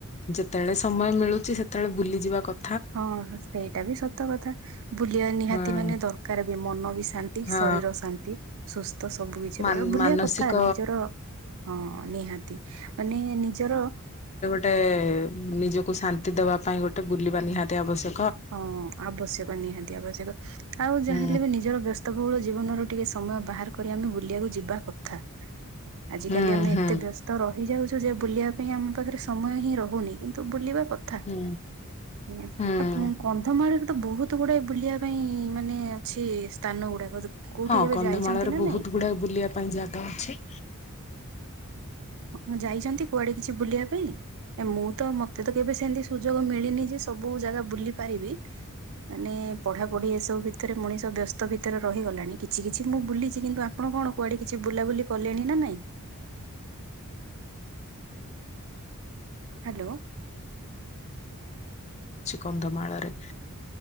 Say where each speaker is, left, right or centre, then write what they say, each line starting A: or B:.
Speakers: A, on the left; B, on the right.
A: ଯେତେବେଳେ ସମୟ ମିଳୁଛି ସେତେବେଳେ ବୁଲିଯିବା କ
B: ହଁ ସେଇଟା ବି ସତ କଥା। ବୁଲିବା ନିହାତି
A: ହୁଁ।
B: ମାନେ ଦରକାର ବି ମନ ବି ଶାନ୍ତି
A: ହଁ
B: ଶରୀର ଶାନ୍ତି ସୁସ୍ଥ ସବୁ କିଛି
A: ମାନ
B: ରହିବ ବୁଲିବା
A: ମାନସିକ
B: କଥା ନିଜର ହଁ ନିହାତି ମାନେ ନିଜର
A: ଟେ ନିଜକୁ ଶାନ୍ତି ଦେବା ପାଇଁ ଗୋଟେ ବୁଲିବା ନିହାତି ଆବଶ୍ୟ
B: ହଁ ଆବଶ୍ୟକ ନିହାତି ଆବଶ୍ୟକ ଆଉ ଯାହା
A: ହୁଁ
B: ହେଲେ ବି ନିଜର ବ୍ୟସ ତକୁ ବହୁଳ ଜୀବନରୁ ଟିକେ ସମୟ ବାହାର କରି ଆମେ ବୁଲିବାକୁ ଯିବା କଥା। ଆଜିକାଲି
A: ହୁଁ
B: ଆମେ
A: ହୁଁ
B: ଏତେ ବ୍ୟସ ତ ରହିଯାଉଛୁ ଯେ ବୁଲିବା ପାଇଁ ଆମ ପାଖରେ ସମୟ ହିଁ ରହୁନି କିନ୍ତୁ ବୁଲିବା କ ଥା
A: ହୁଁ
B: ନି
A: ହୁଁ।
B: କନ୍ଧମାଳରେ ତ ବହୁତ ଗୁଡାଏ ବୁଲିବା ପାଇଁ ମାନେ ଅଛି ସ୍ଥାନ ଗୁଡାକ କୋଉଠି
A: ହଁ
B: କେବେ
A: କନ୍ଧମାଳରେ
B: ଯାଇଛନ୍ତି ନା
A: ବହୁତୁ
B: ନାଇଁ?
A: ଗୁଡାଏ ବୁଲିଆ ପାଇଁ ଜାଗା ଅଛି।
B: ହଁ ଯାଇଛନ୍ତି କୁଆଡେ କିଛି ବୁଲିଆ ପାଇଁ? ମୁଁ ତ ମତେ ତ କେବେ ସେମିତି ସୁଯୋଗ ମିଳିନି ଯେ ସବୁ ଜାଗା ବୁଲି ପାରିବି ମାନେ ପଢ଼ାପଢି ଏସବୁ ଭିତରେ ମଣିଷ ବ୍ୟସ୍ତ ଭିତରେ ରହିଗଲାଣି କିଛି କିଛି ମୁଁ ବୁଲିଛି କିନ୍ତୁ ଆ ଆପଣ କଣ କୁଆଡେ କିଛି ବୁଲାବୁଲି କଲେଣି ନାଇଁ? ହ୍ୟାଲୋ।
A: ଛି କନ୍ଧମାଳରେ।